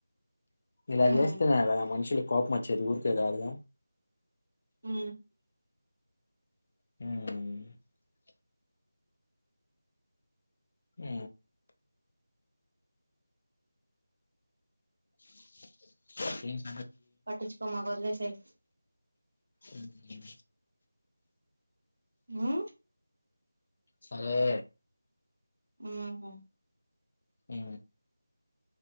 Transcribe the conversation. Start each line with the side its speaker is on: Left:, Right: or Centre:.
Left: ఇలా
Right: ఉమ్
Left: చేస్తేనే కదా మనుషులకి కోపం వచ్చేది ఊరికే కాదు
Right: ఉ
Left: ఉమ్ ఉ <unintelligible>
Right: పట్టించుకోమాకు వదిలేసేయ్
Left: ఉమ్,
Right: ఆ
Left: సరే
Right: ఉమ్
Left: అ